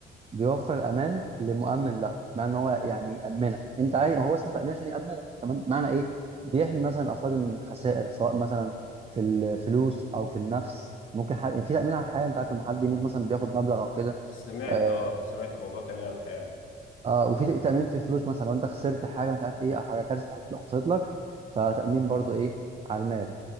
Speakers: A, on the right; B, on the left.
A: بيوفر الامان لمؤمن له بمعنى ان هو يعني يامنك انت عايز هو اسمه تامين عشان يامنك تمام معنى ايه بيحمي مثلا افراد من الخسائر سواء مثلا في الفلوس او في النفس ممكن حد... يعني في تامين على الحياه انت عارف لما حد يموت مثلا بياخد مبلغ او كده
B: سمعت
A: آه
B: اه سمعت موضوع تأمين على الحياة ده
A: آه وفي
B: م.
A: تأمين في الفلوس مثلا لو انت خسرت حاجه مش عارف ايه او حاجه كارثه حصلت حصلت لك فتأمين برضو
B: م.
A: ايه على المال